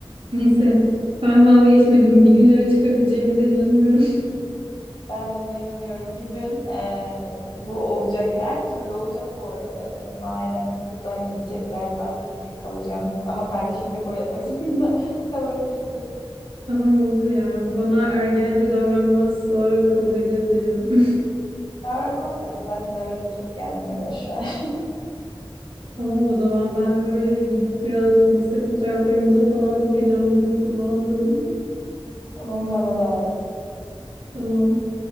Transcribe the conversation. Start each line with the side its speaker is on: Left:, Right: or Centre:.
Right: neyse ben vazgeçmedim. Bir gün eve çıkabileceğimize inanıyorum.
Left: Ben de buna inanıyorum. Bir gün eee, bu olacak. Her türlü olacak bu arada. Benim ailem buradan gidecekler. Ben burada tek kalacağım. Ama kardeşim de kabul etmek <laughs> zorunda kalabilirsin.
Right: Tamam olur ya. Bana ergence davranmazsa kabul edebilirim. <laughs>
Left: Davranmaz bence. Zaten eve de çok gelmiyor. Boş ver.
Right: Tamam o zaman ben böyle bir gidip biraz lise fotoğraflarımıza falan bakacağım. Duygulandım.
Left: <laughs> Tamam bana da
Right: Tamam.